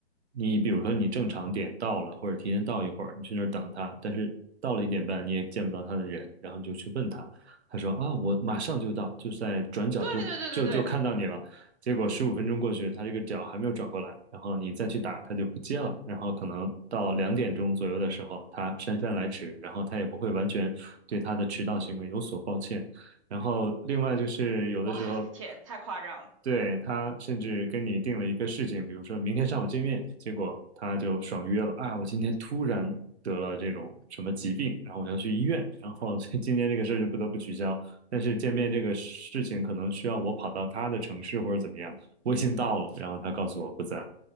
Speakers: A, on the right (about 85°); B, on the right (about 30°).
A: 你比如说你正常点到了，或者提前到一会儿，你去那儿等他，但是到了一点半你也见不到他的人，然后你就去问他，他说啊，我马上就到，就在转角就就就看到你了。
B: 对对对对对，
A: 结果十五分钟过去，他这个脚还没有转过来，然后你再去打，他就不接了。然后可能到两点钟左右的时候，他姗姗来迟，然后他也不会完全对他的迟到行为有所抱歉。然后另外就是有的时候
B: 哇，天，太夸张了。
A: 对，他甚至跟你定了一个事情，比如说明天上午见面，结果他就爽约了啊！我今天突然得了这种什么疾病，然后我要去医院，然后 <laughs> 这今天这个事儿就不得不取消。但是见面这个事情可能需要我跑到他的城市或者怎么样，我已经到了，然后他告诉我不在。